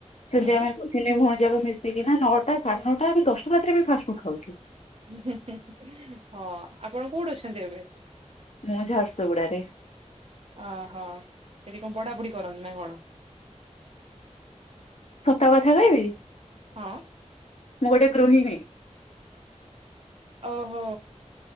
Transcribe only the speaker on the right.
ହୁଁ
ଉଁ ହୁଁ ହୁଁ ହଁ। ଆପଣ କୋଉଠି ଅଛନ୍ତି ଏବେ?
ଓହୋ ସେଠି କଣ ପଢ଼ା ପଢ଼ି କରନ୍ତି ନା କଣ?
ହଁ
ଓହୋ